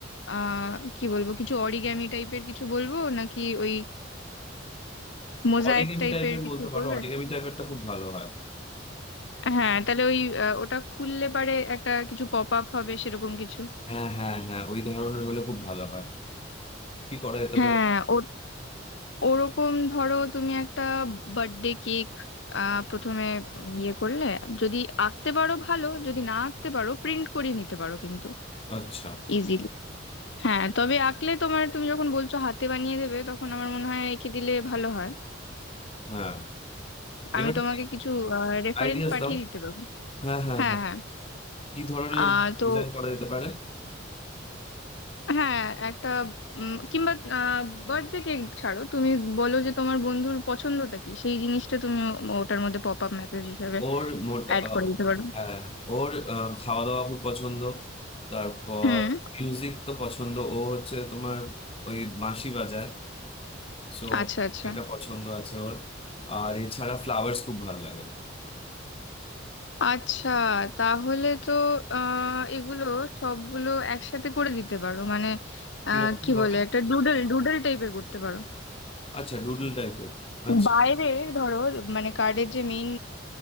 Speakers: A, on the left; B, on the left.
A: আহ কি বলবো কিছু অরিগ্যামি টাইপের কিছু বলবো নাকি ওই মোজাইক
B: অরিগেমি
A: টাইপের
B: টাইপের
A: কিছু
B: বলতে পারো
A: করবেন
B: অরিগেমি টাইপেরটা খুব ভালো হয়
A: হ্যাঁ তাহলে ওই আহ, ওটা খুললে পারে একটা কিছু পপ আপ হবে সেরকম কিছু
B: হ্যাঁ হ্যাঁ হ্যাঁ ওই ধরনের হলে খুব ভালো হয় কি করা যেতে
A: হ্যাঁ
B: পারে
A: ও ওরকম ধরো তুমি একটা বার্থডে কেক প্রথমে ইয়ে করলে যদি আঁকতে পারো ভালো যদি না আঁকতে পারো প্রিন্ট করিয়ে নিতে পারো কিন্তু
B: আচ্ছা
A: ইজিলি হ্যাঁ তবে আঁকলে তোমার তুমি যখন বলছো হাতে বানিয়ে দেবে তখন আমার মনে হয় এঁকে দিলে ভালো হয়
B: হ্যাঁ এবারে
A: আমি তোমাকে কিছু রেফারেন্স
B: আইডিয়াস
A: পাঠিয়ে
B: দাও
A: দিতে পারবো
B: হ্যাঁ হ্যাঁ
A: হ্যাঁ
B: হ্যাঁ
A: হ্যাঁ
B: কি ধরনের
A: আহ তো
B: ডিজাইন করা যেতে পারে
A: হ্যাঁ একটা উম, কিংবা বার্থডে কেক ছাড়ো তুমি বলো যে তোমার বন্ধুর পছন্দটা কি সেই জিনিসটা তুমি ও- ওটার মধ্যে পপ আপ মেসেজ হিসেবে
B: ওর মোটা
A: অ্যাড
B: আহ,
A: করে দিতে পারো
B: হ্যাঁ ওর আহ, খাওয়া দাওয়া খুব পছন্দ তারপর
A: হুম
B: মিউজিক তো পছন্দ ও হচ্ছে তোমার ওই বাঁশি বাজায় সো
A: আচ্ছা আচ্ছা
B: এটা পছন্দ আছে ওর আর এছাড়া ফ্লাওয়ার্স খুব ভালো লাগে
A: আচ্ছা তাহলে তো আহ এগুলো সবগুলো একসাথে করে দিতে পারো মানে আহ
B: কিরকম
A: কি
B: ভাবে
A: বলে একটা ডুডল ডুডল টাইপের করতে পারো
B: আচ্ছা ডুডল টাইপের আচ্ছা
A: বাইরে ধরো মানে কার্ডের যে মেইন